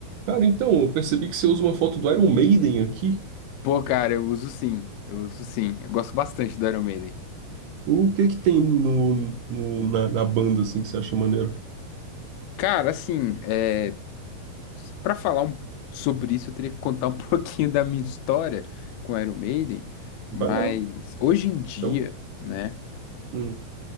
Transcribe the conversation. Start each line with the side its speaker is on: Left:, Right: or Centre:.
Right: Cara, então, eu percebi que você usa uma foto do Iron Maiden aqui.
Left: Pô, cara, eu uso sim. Eu uso sim. Eu gosto bastante do Iron Maiden.
Right: O que que tem no, no- na, na banda, assim, que você acha maneiro?
Left: Cara, assim, é... para falar um- sobre isso, eu teria que contar um <laughs> pouquinho da minha história com Iron Maiden. Mas
Right: Vai lá.
Left: hoje em dia,
Right: Então,
Left: né,
Right: hum.